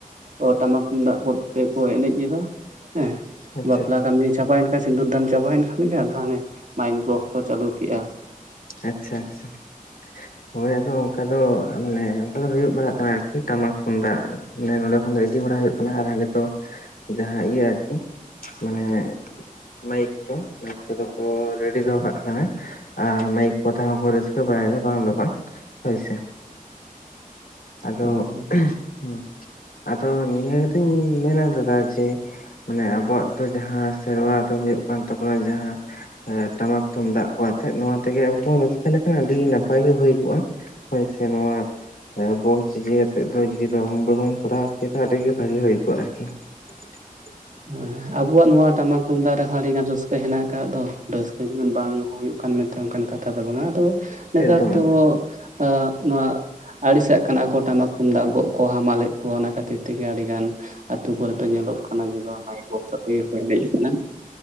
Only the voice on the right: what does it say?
ᱚ ᱴᱟᱢᱟᱠ ᱛᱩᱢᱫᱟᱜ ᱠᱚᱛᱮ ᱠᱚ ᱮᱱᱮᱡ ᱮᱫᱟ ᱦᱮᱸ
ᱵᱟᱯᱞᱟ ᱠᱟᱹᱢᱤ ᱪᱟᱵᱟᱭᱱᱟ᱾ ᱥᱤᱸᱫᱩᱨ ᱫᱟᱱ ᱪᱟᱵᱟᱭᱮᱱ ᱠᱷᱟᱱ ᱜᱮ ᱟᱫᱚ ᱦᱟᱱᱮ ᱢᱟᱭᱤᱱ ᱵᱚᱠᱥ ᱠᱚ ᱪᱟᱹᱞᱩ ᱠᱮᱜᱼᱟ᱾
ᱦᱳᱭ ᱦᱳᱭ
ᱮᱸ ᱟᱵᱚᱣᱟᱜ ᱱᱚᱣᱟ ᱴᱟᱢᱟᱠ ᱛᱩᱢᱫᱟᱜ ᱨᱮᱦᱚᱸ ᱟᱹᱰᱤ ᱜᱟᱱ ᱨᱟᱹᱥᱠᱟᱹ ᱦᱮᱱᱟᱜ ᱟᱠᱟᱫ ᱫᱚ, ᱨᱟᱹᱥᱠᱟᱹ ᱜᱮ ᱵᱟᱝ ᱦᱩᱭᱩᱜ ᱠᱟᱱ ᱢᱮᱱᱛᱮ ᱚᱱᱠᱟᱱ ᱠᱟᱛᱷᱟ ᱫᱚ ᱵᱟᱝᱟ ᱟᱫᱚ ᱱᱮᱛᱟᱨ
ᱫᱚ
ᱟᱸ ᱱᱚᱣᱟ ᱟᱲᱤᱥᱟᱜ ᱠᱟᱱᱟ ᱠᱚ ᱴᱟᱢᱟᱠ ᱛᱩᱢᱫᱟᱜ ᱜᱚᱜ ᱠᱚ ᱦᱟᱢᱟᱞᱮᱜ ᱠᱚᱣᱟ ᱚᱱᱟ ᱠᱷᱟᱹᱛᱤᱨ ᱛᱮᱜᱮ ᱟᱹᱰᱤ ᱜᱟᱱ ᱟᱹᱛᱩ ᱠᱚᱨᱮᱜ ᱫᱚ ᱧᱮᱞᱚᱜ ᱠᱟᱱᱟ ᱡᱮ <inaudible> ᱵᱚᱠᱥ ᱟᱛᱮᱜ ᱜᱮ ᱠᱚ ᱮᱱᱮᱡ ᱠᱟᱱᱟ᱾